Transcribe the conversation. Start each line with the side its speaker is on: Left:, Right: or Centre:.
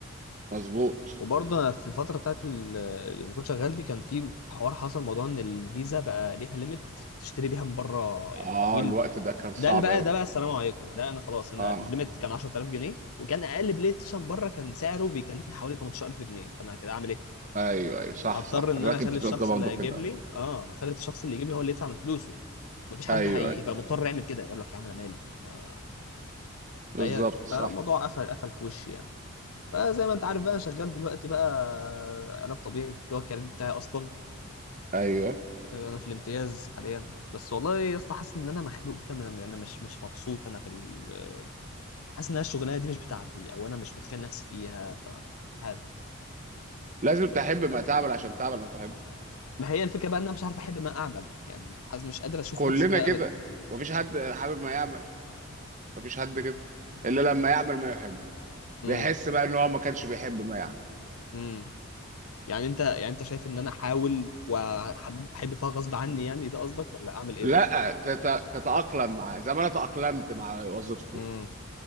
Right: مظبوط
Left: وبرضه انا في الفتره بتاعت ال- اللي كنت شغال دي كان في حوار حصل موضوع ان الفيزا بقى ليها ليميت تشتري بيها من بره
Right: آه
Left: يعني تحويل
Right: الوقت ده كان صعب
Left: ده اللي بقى
Right: أوي
Left: ده بقى السلام عليكم ده انا خلاص انا
Right: آه
Left: الليميت كان 10000 جنيه وكان اقل بلاي ستيشن بره كان سعره بيكلفني حوالي 18000 جنيه فانا كده اعمل ايه
Right: أيوه أيوه صح
Left: هضطر
Right: صح
Left: ان
Right: أنا
Left: انا
Right: كنت
Left: اخلي
Right: في
Left: الشخص
Right: الوقت ده برضه
Left: اللي هيجيب
Right: كده
Left: لي اه اخلي الشخص اللي يجيب لي هو اللي يدفع من فلوسه مفيش حد
Right: أيوه
Left: هيبقى
Right: أيوه
Left: مضطر يعمل كده يقول لك يا عم انا مالي آه،
Right: بالظبط
Left: فهي
Right: صح
Left: فالموضوع قفل قفل في وشي يعني فزي ما انت عارف بقى انا شغال دلوقتي بقى علاج طبيعي اللي هو الكارير بتاعي اصلا
Right: أيوه
Left: انا في الامتياز حاليا بس والله يا اسطى حاسس ان انا مخنوق كده انا أنا مش مش مبسوط انا في ال... حاسس ان انا الشغلانه دي مش بتاعتي او انا مش متخيل نفسي فيها ف عارف.
Right: لازم تحب ما تعمل عشان تعمل ما تحب
Left: ما هي الفكره بقى ان انا مش عارف احب ما اعمل يعني حاسس مش قادر اشوف
Right: كلنا
Left: نفسي فيها
Right: كده
Left: ابدا
Right: مفيش حد حابب ما يعمل مفيش حد كده الا لما يعمل ما يحب بيحس
Left: امم
Right: بقى ان هو ما كانش بيحب ما يعمل
Left: امم يعني انت يعني انت شايف ان انا احاول واحب فيها غصب عني يعني ده قصدك ولا اعمل ايه
Right: لا
Left: طيب
Right: تت- تتأقلم معاه زي ما انا تأقلمت مع وظيفتي
Left: امم